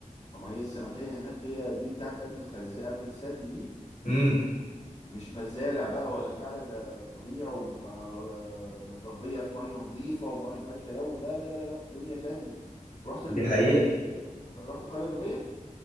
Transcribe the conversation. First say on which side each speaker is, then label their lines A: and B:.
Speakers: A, on the left; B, on the left.
A: ما هي السمكية هناك هي دي بتاعت قبل الخز قبل السد دي
B: امم
A: مش مزارع بقى ولا بتاع لا ده طبيعي ومتربيه في ميه نظيفه وميه ما فيهاش تلوث لا لا لا لا لا، دنيا تانية رحت ال...
B: دي حقيقة
A: رحت القريه النوبيه